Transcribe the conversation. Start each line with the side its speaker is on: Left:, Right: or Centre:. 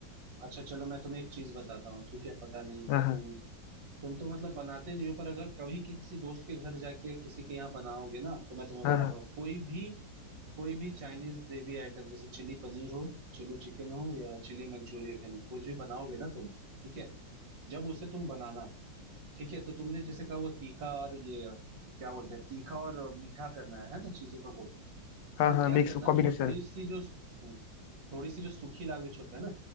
Right: अच्छा चलो मैं तुम्हें एक चीज बताता हूँ ठीक है पता नहीं
Left: हाँ हाँ
Right: तुम तुम तो मतलब बनाते नहीं हो पर अगर कभी किसी दोस्त के घर जाके या किसी के यहाँ बनाओगे ना तो मैं तुम्हें
Left: हाँ
Right: बताता
Left: हाँ
Right: हूँ कोई भी कोई भी चाइनीज ग्रेवी आइटम जैसे चिली पनीर हो चिली चिकन हो या चिली मंचूरियन हो कुछ भी बनाओगे ना तुम ठीक है जब उसे तुम बनाना ठीक है तो तुमने जैसे कहा वो तीखा और ये अ, क्या बोलते हैं तीखा और अ, मीठा करना है है ना चीजों को
Left: हाँ
Right: तो
Left: हाँ
Right: क्या
Left: मिक्स
Right: करना
Left: कॉम्बिनेशन
Right: थोड़ी सी जो हम्म, थोड़ी सी जो सूखी लाल मिर्च होता है ना